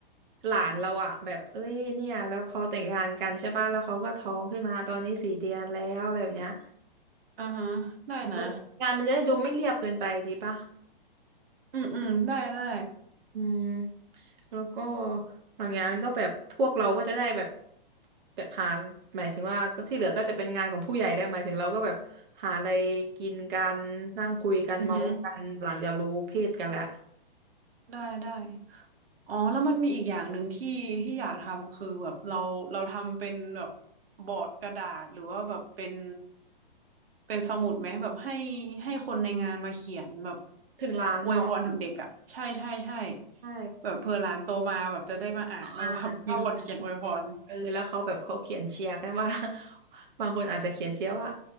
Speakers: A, on the right (about 55°); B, on the right (about 80°).
A: หลานเราอะแบบเอ้ยเนี่ยแล้วพอแต่งงานกันใช่ป่ะแล้วเขาก็ท้องขึ้นมาตอนนี้สี่เดือนแล้วอะไรแบบเนี้ย
B: อ่าฮะได้นะ
A: มันจะงานมันจะได้ดูไม่เรียบเกินไปดีป่ะ
B: อืมอืมได้ได้
A: อืมแล้วก็บางงานก็แบบพวกเราก็จะได้แบบแบบหาหมายถึงว่าก็ที่เหลือก็จะเป็นงานของผู้ใหญ่แล้วหมายถึงเราก็แบบหาอะไรกินกันนั่งคุยกันเมาส์กันหลังจากรู้เพศกันแล้ว
B: อือฮึได้ได้ อ๋อแล้วมันมีอีกอย่างหนึ่งที่ที่อยากทำคือแบบเราเราทำเป็นแบบบอร์ดกระดาษหรือว่าแบบเป็นเป็นสมุดไหมแบบให้ให้คนในงานมาเขียนแบบ
A: ถึงร้านเนาะ
B: อวยพรถึงเด็กอ่ะใช่ใช่ใช่
A: ใช่
B: แบบเผื่อหลานโตมาแบบจะได้มาอ่านว่าแบบมีคนเขียนอวยพร
A: อ่านว่าวันนี้เออแล้วเขาแบบเขาเขียนเชียร์กันว่า <laughs> บางคนอาจจะเขียนเชียร์ว่า